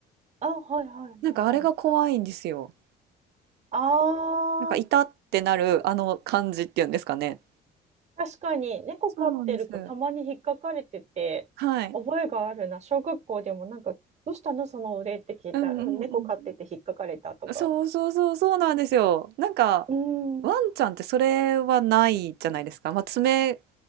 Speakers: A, on the right; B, on the right.
A: あ、はいはいはいはい。
B: なんかあれが怖いんですよ。
A: あ
B: なんか痛ってなるあの感じっていうんですかね。
A: あ。確かに、猫飼ってる子たまに引っかかれてて、
B: そうなんです。はい。
A: 覚えがあるな。小学校でもなんか、どうしたのそのお礼って聞いたら、
B: うんうん
A: うん、猫飼ってて引っかかれたとか。
B: うん。そうそうそうそうなんですよ。なんか
A: うーん、
B: ワンちゃんってそれはないじゃないですか。
A: うん、
B: まあ爪